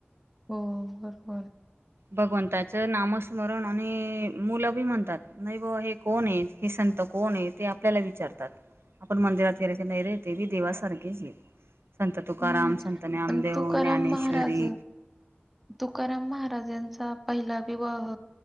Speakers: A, in the centre; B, on the right (about 70°).
A: हो बरोबर
B: भगवंताचं नामस्मरण आणि मुलं बी म्हणतात नाही बा हे कोण आहे हे संत कोण आहे ते आपल्याला विचारतात, आपण मंदिरात गेले की नाही रे तेही देवासारखेच एत. संत तुकाराम
A: हम्म
B: संत नामदेव,
A: आणि तुकाराम
B: ज्ञानेश्वरी
A: महाराज तुकाराम महाराजांचा पहिला विवाह,